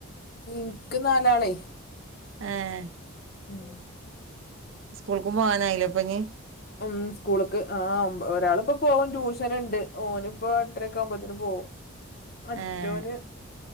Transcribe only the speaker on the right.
ആഹ്
സ്കൂൾക്കും പോകാനായില്ലേ അപ്പൊ ഇഞ്ഞി.
ഏഹ്